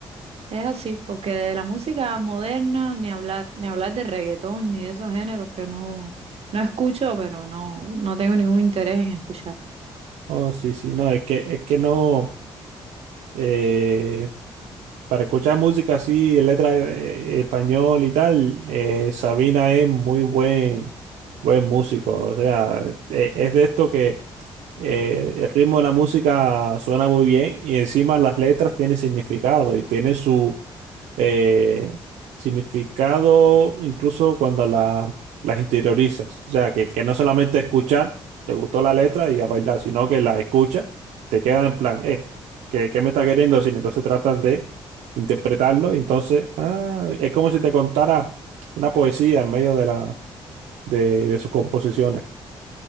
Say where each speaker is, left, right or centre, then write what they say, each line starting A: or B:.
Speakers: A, on the right; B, on the right.
A: Es así, porque de la música moderna ni hablar, ni hablar de reggaetón, ni de esos géneros que no, no escucho, pero no, no tengo ningún interés en escuchar.
B: Oh, sí, sí, no, es que, es que no. eh, para escuchar música así, letra eh, español y tal, eh, Sabina es muy buen, buen músico. O sea, eh, es de esto que eh, el ritmo de la música suena muy bien y encima las letras tienen significado y tiene su eh, significado incluso cuando la, las interiorizas. O sea, que, que no solamente escuchar, te gustó la letra y a bailar, sino que la escuchas, te queda en plan, eh, ¿qué, qué me está queriendo decir? Entonces tratas de interpretarlo. Y entonces, ah, es como si te contara una poesía en medio de, la, de, de sus composiciones.